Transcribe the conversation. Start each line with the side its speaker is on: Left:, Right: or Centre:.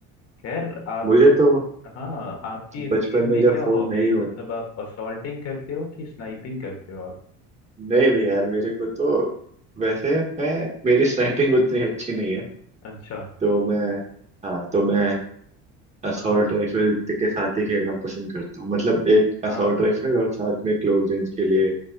Left: खैर आप
Right: मुझे तो
Left: हाँ आपकी इस
Right: बचपन
Left: गेम
Right: में
Left: में
Right: जब
Left: क्या
Right: फोन
Left: हॉबी
Right: नहीं
Left: है
Right: हो
Left: मतलब आप असॉल्टिंग करते हो कि स्नाइपिंग करते हो आप
Right: नहीं नहीं यार मेरे को तो वैसे मैं मेरी स्नाइपिंग उतनी अच्छी नहीं है
Left: अच्छा
Right: तो मैं हाँ तो मैं असॉल्ट
Left: हाँ
Right: राइफल के साथ ही खेलना पसंद करता हूँ मतलब एक असॉल्ट
Left: हाँ
Right: राइफल और साथ में क्लोज रेंज के लिए